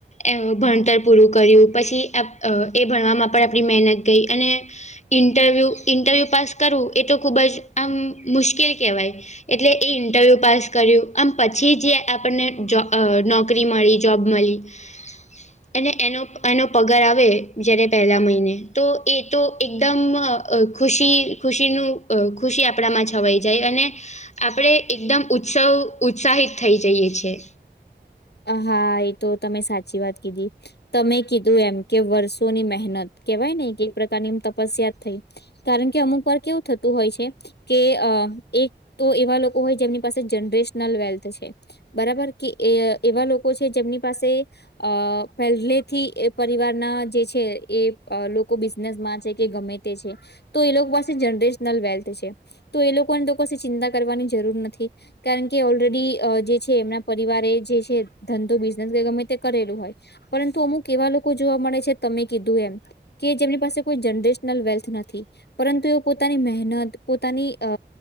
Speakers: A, on the left; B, on the left.
A: એ ભણતર પૂરું કર્યું પછી આપ એપ એ ભણવામાં પણ આપણી મહેનત ગઈ અને ઇન્ટરવ્યુ, ઇન્ટરવ્યુ પાસ કરવું એ તો ખુબ જ આમ મુશ્કેલ કહેવાય. એટલે એ ઇન્ટરવ્યૂ પાસ કર્યું આમ પછી જે આપણને જો નોકરી મળી જોબ મળી. <inaudible> અને એનો એનો પગાર આવે જ્યારે પહેલા મહિને તો એ તો એકદમ અ ખુશી ખુશીનું ખુશી આપણામાં છવાઈ જાય અને આપણે એકદમ ઉત્સવ ઉત્સાહિત થઈ જઈએ છીએ.
B: હા, એ તો તમે સાચી વાત કીધી. તમે કીધું એમ કે વર્ષોની મહેનત કેવાય ને કે એ પ્રકારની એમ તપસ્યા થઈ. કારણ કે અમુકવાર કેવું થતું હોય છે કે અ એક તો એવા લોકો હોય જેમની પાસે જનરેશનલ વેલ્થ છે. બરાબર કે એવા લોકો છે જેમની પાસે અ પહેલેથી એ પરિવારના જે છે એ લોકો બિઝનેસમાં છે કે ગમે તે છે તો એ લોકો પાસે જનરેશનલ વેલ્થ છે. તો એ લોકોન તો કશી ચિંતા કરવાની જરૂર નથી. કારણ કે ઓલરેડી અ જે છે એમના પરિવારે એ જે કે ધંધો બિઝનેસ ગમે તે કરેલું હોય. પરંતુ અમુક એવા લોકો જોવા મળે છે તમે કીધું એમ, કે જેમની પાસે કોઈ જનરેશનલ વેલ્થ નથી પરંતુ એ પોતાની મહેનત પોતાની અ